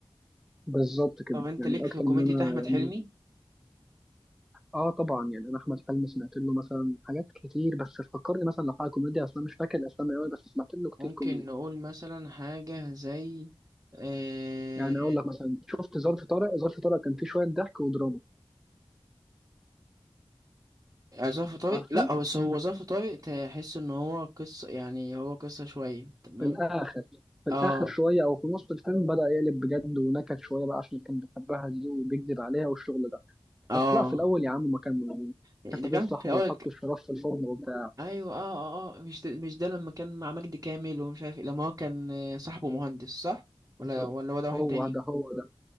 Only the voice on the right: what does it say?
طب أنت
ليك في
كوميديا
أحمد
حلمي
ممكن
نقول مثلا حاجة زي آه...
آه، ظرف طارق
لا هو بس هو ظرف طارق تحس ان هو قصة يعني هو قصة شوية تمام
اه
اه
ده
كان
في اول
ك-
ايوه اه اه اه مش ده مش ده لما كان مع مجدي كامل ومش عارف إيه، لما هو كان آه، صاحبه مهندس صح ولا
ولا هو ده واحد
تاني